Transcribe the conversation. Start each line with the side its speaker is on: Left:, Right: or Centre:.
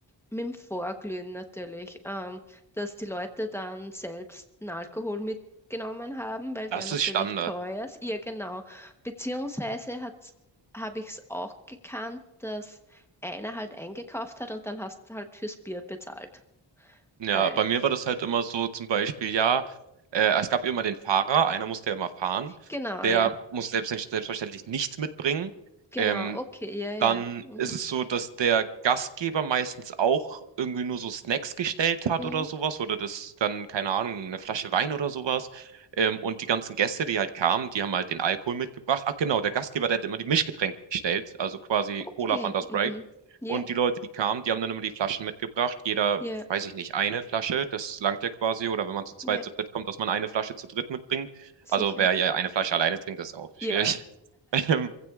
Centre: mit dem Vorglühen natürlich, ähm, dass die Leute dann selbst einen Alkohol mitgenommen haben, weil
Right: Das
Centre: der natürlich
Right: ist Standard.
Centre: teuer ist. Ja, genau. Beziehungsweise hat habe ich es auch gekannt, dass einer halt eingekauft hat und dann hast du halt fürs Bier bezahlt.
Right: Ja,
Centre: Weil,
Right: bei mir war das halt immer so, zum Beispiel, ja, äh, es gab immer den Fahrer, einer musste ja immer fahren,
Centre: genau,
Right: der
Centre: ja,
Right: muss selbst, selbstverständlich nichts mitbringen.
Centre: genau,
Right: Ähm,
Centre: okay, ja, ja.
Right: Dann
Centre: Mhm,
Right: ist es so, dass der Gastgeber meistens auch irgendwie nur so Snacks gestellt hat
Centre: mhm,
Right: oder sowas oder das dann, keine Ahnung, eine Flasche Wein oder sowas. Ähm, und die ganzen Gäste, die halt kamen, die haben halt den Alkohol mitgebracht. Ach genau, der Gastgeber, der hat immer die Mischgetränke gestellt, also quasi
Centre: okay,
Right: Cola, Fanta, Sprite.
Centre: mhm. Ja,
Right: Und die Leute, die kamen, die haben dann immer die Flaschen mitgebracht. Jeder,
Centre: ja,
Right: weiß ich nicht, eine Flasche, das langt ja quasi. Oder wenn man zu zweit,
Centre: ja,
Right: zu dritt kommt, dass man eine Flasche zu dritt mitbringt.
Centre: sicher.
Right: Also wer ja eine Flasche alleine trinkt, das ist ja auch schwierig.
Centre: Ja,
Right: <laughs>